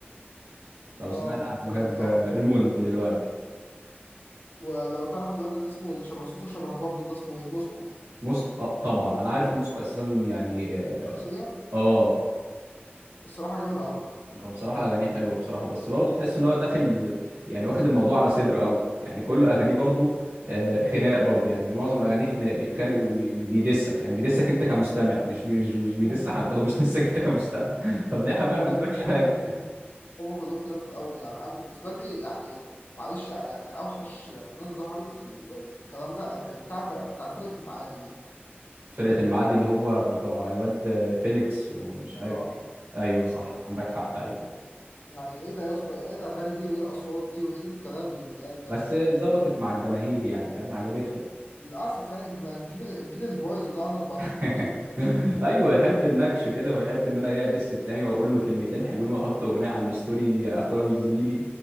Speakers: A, on the right; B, on the left.
A: لو
B: اه
A: سمعت
B: ممثل
A: عن مهاب
B: جامد أوي
A: آه، الموند
B: أوي
A: دلوقتي
B: ولو تعرف الواد اللي اسمه اللي شبه صوته شبه بابلو ده اسمه ايه موسكو
A: موسكو آه طبعا انا عارف موسكو اساسا يعني اه
B: شخصيا
A: آه.
B: الصراحة جامد أوي
A: هو بصراحة أغانيه حلوة بصراحة بس برضه تحس إن هو داخل يعني واخد الموضوع على صدره قوي يعني كل أغانيه برضه آه، خناق برضه يعني معظم أغانيه خناق بيتخانق وبيدسك يعني بيدسك أنت كمستمع مش مش مش بيدس
B: مم.
A: حد هو بيدسك أنت كمستمع <laughs> طب ليه يا حبيبي
B: هما
A: أنا ما
B: كلهم
A: قلتلكش حاجة
B: كده هما كل- هما كلهم كده في الأول يعني أنا بالنسبة لي يعني معلش يعني أوحش ناس ظهرت في الكلام ده في بتاع بتاع فرقة المعادي دي
A: فرقة المعادي اللي هو بتوع الواد فيليكس ومش عارف
B: اه
A: مين. أيوه صح
B: اه
A: عندك حق أيوه
B: يعني ايه ده يا اسطى ايه ده الأغاني دي وايه الأصوات دي وايه الكلام اللي بيتقال ده
A: بس
B: مش فاهم
A: ظبطت مع الجماهير يعني فاهم عجبتهم
B: للأسف يعني الج- الجيل الجيل البايظ اللي هو عنده 14
A: <laughs>
B: 15 سنة
A: ايوه يحب النكش كده ويحب ان انا ايه ادس التاني واقول له كلمتين حلوين واحط اغنيه على الستوري اخويا وزميلي